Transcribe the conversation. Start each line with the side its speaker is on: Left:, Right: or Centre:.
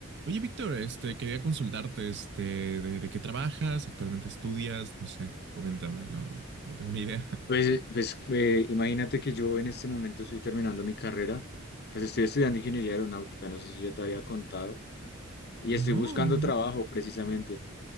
Right: Oye, Víctor, este, quería consultarte, este, de, de qué trabajas, actualmente estudias, no sé, coméntame, no, no tengo ni idea.
Left: Pues, pues eh, imagínate que yo en este momento estoy terminando mi carrera, pues estoy estudiando ingeniería aeronáutica, no sé si ya te había contado, y
Right: No,
Left: estoy buscando
Right: no,
Left: trabajo precisamente.